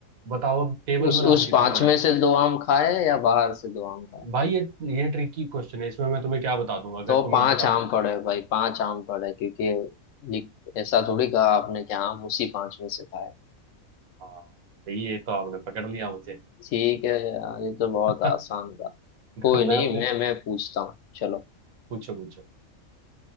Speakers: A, on the right; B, on the left.
A: बताओ अब टेबल
B: उस
A: पर आम
B: उस
A: कितने
B: पांच
A: पड़े
B: में से दो आम खाए या बाहर से दो आम खाए
A: भाई ये ये ट्रिकी क्वेश्चन है इसमें मैं तुम्हें क्या बता दूंगा अगर
B: तो
A: तुम्हें
B: पांच
A: बता
B: आम पड़े हैं भाई पांच आम पड़े हैं, क्योंकि लिख- ऐसा थोड़ी कहा आपने कि आम उसी पांच में से खाए
A: हाँ ये तो आपने पकड़ लिया मुझे
B: ठीक है यार ये तो बहुत
A: <laughs>
B: आसान था कोई
A: मैं
B: नहीं
A: अपने
B: मैं मैं पूछता हूँ चलो
A: पूछो पूछो